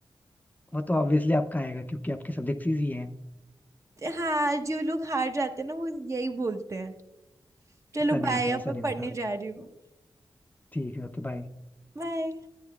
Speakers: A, on the left; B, on the right.
A: वो तो ऑब्वियसली आपका आएगा क्योंकि आपके सब्जेक्ट्स इजी हैं
B: हाँ जो लोग हार जाते हैं ना वो यही बोलते हैं चलो
A: ऐसा नहीं
B: बाय
A: होता
B: अब
A: ऐसा
B: मैं
A: नहीं
B: पढ़ने
A: होता
B: जा रही हूँ
A: ठीक है ओके बाय
B: बाय